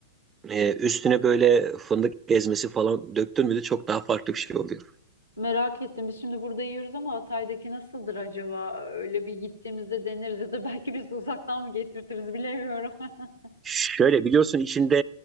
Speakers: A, on the right (about 20°); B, on the left (about 90°).
A: Ee, üstüne böyle fındık ezmesi falan döktün mü de çok daha farklı bir şey oluyor.
B: Merak ettim. Biz şimdi burada yiyoruz ama Hatay'daki nasıldır acaba? Öyle bir gittiğimizde deneriz ya da <laughs> belki biz de uzaktan mı getirtiriz bilemiyorum. <laughs>
A: Şöyle biliyorsun içinde